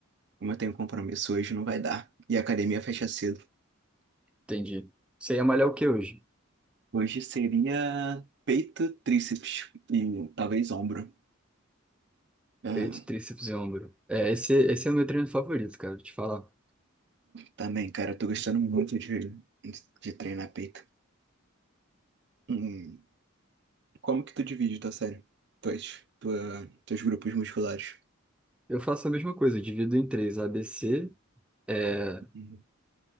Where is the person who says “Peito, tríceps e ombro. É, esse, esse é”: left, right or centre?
Centre